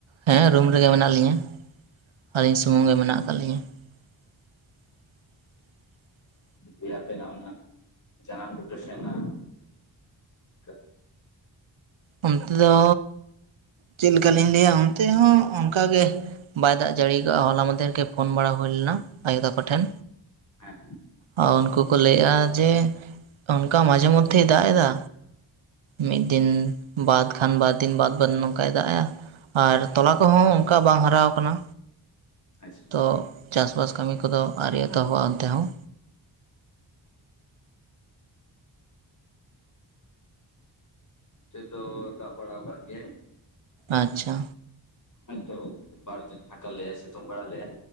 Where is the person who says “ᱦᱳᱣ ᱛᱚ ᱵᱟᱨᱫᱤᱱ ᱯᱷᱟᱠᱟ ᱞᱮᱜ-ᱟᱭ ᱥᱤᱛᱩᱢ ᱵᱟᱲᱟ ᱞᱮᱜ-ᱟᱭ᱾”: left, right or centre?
Left